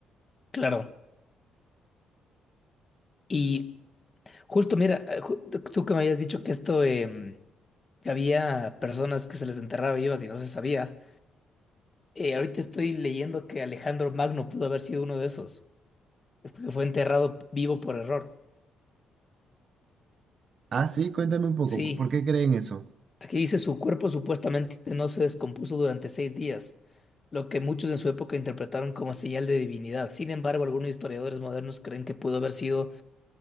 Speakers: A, on the left; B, on the right.
A: Claro. Y justo, mira, eh, ju- tú que me habías dicho que esto, em, que había personas que se les enterraba vivas y no se sabía, eh, ahorita estoy leyendo que Alejandro Magno pudo haber sido uno de esos, que fue enterrado vivo por error.
B: Ah, sí, cuéntame un poco,
A: Sí,
B: ¿por por qué creen eso?
A: aquí dice su cuerpo supuestamente no se descompuso durante seis días, lo que muchos en su época interpretaron como señal de divinidad. Sin embargo, algunos historiadores modernos creen que pudo haber sido